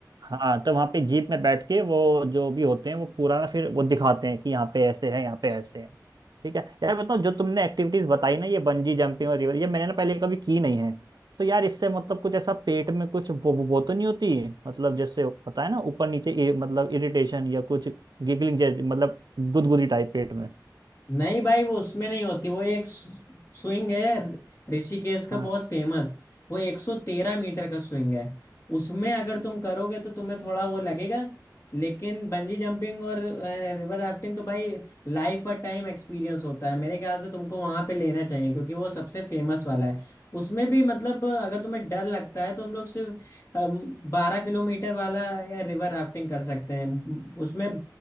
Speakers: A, on the right; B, on the left.
A: हाँ तो वहाँ पे जीप में बैठ के वो जो भी होते हैं वो पूरा ना फिर वो दिखाते हैं कि यहाँ पे ऐसे है यहाँ पे ऐसे है ठीक है यार बताओ जो तुमने एक्टिविटीज बताई ना ये बंजी जंपिंग और रिवर ये मैंने ना पहले कभी की नहीं है तो यार इससे मतलब कुछ ऐसा पेट में कुछ वो वो, वो तो नहीं होती मतलब जैसे पता है ना ऊपर नीचे ए, मतलब इरिटेशन या कुछ गिगलिंग जैसे मतलब गुदगुदी टाइप पेट में
B: नहीं भाई वो उसमें नहीं होती वो एक स्विंग है ऋषिकेश का
A: हाँ
B: बहुत फेमस वो 113 मीटर का स्विंग है उसमें अगर तुम करोगे तो तुम्हें थोड़ा वो लगेगा लेकिन बंजी जंपिंग और रिवर राफ्टिंग तो भाई लाइफ और टाइम एक्सपीरियंस होता है मेरे ख्याल से तुमको वहां पे लेना चाहिए क्योंकि वो सबसे फेमस वाला है उसमें भी मतलब अगर तुम्हें डर लगता है तो हम लोग सिर्फ बारह किलोमीटर वाला रिवर राफ्टिंग कर सकते हैं उसमें